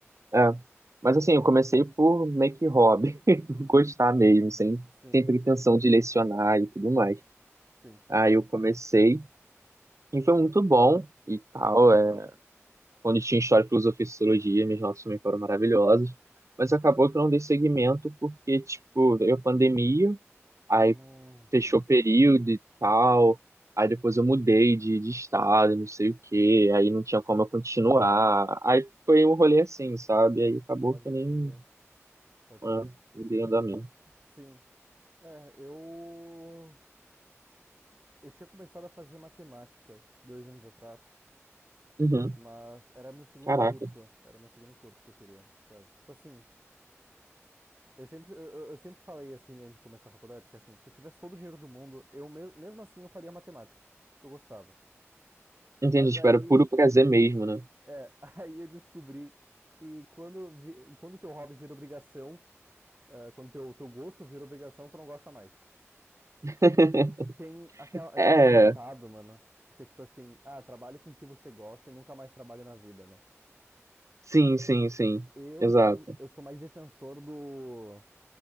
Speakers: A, on the right; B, on the right.
A: É. Mas assim, eu comecei por meio que hobby, <laughs> por gostar mesmo, sem,
B: Sim,
A: sem pretensão de lecionar e tudo mais.
B: sim.
A: Aí eu comecei e foi muito bom e tal. É, quando tinha história, filosofia e sociologia, minhas notas também foram maravilhosas. Mas acabou que eu não dei seguimento porque, tipo, veio a pandemia, aí
B: Hum,
A: fechou
B: hum.
A: o período e tal. Aí depois eu mudei de, de estado, não sei o quê, aí não tinha como eu continuar. Aí foi um rolê assim, sabe? Aí acabou
B: pode
A: que eu nem.
B: crer, pode
A: Ah,
B: crer.
A: dei andamento.
B: Sim. É, eu. Eu tinha começado a fazer matemática dois anos atrás,
A: Uhum.
B: mas era meu segundo
A: Caraca.
B: curso. Era meu segundo curso que eu queria, no caso. Tipo assim, eu sempre, eu, eu- eu sempre falei assim antes de começar a faculdade, que assim, se eu tivesse todo o dinheiro do mundo, eu me- mesmo assim eu faria matemática, porque eu gostava.
A: Entendi,
B: Mas
A: tipo,
B: aí,
A: era puro prazer mesmo, né?
B: é, <laughs> aí eu descobri que quando vi, quando teu hobby vira obrigação, ah, quando teu, teu gosto vira obrigação, tu não gosta mais.
A: <laughs>
B: Tem aquela, aquele
A: É,
B: ditado, mano, que é tipo assim, ah, trabalhe com o que você gosta e nunca mais trabalhe na vida, né?
A: sim, sim, sim.
B: Eu
A: Exato.
B: sou, eu sou mais defensor do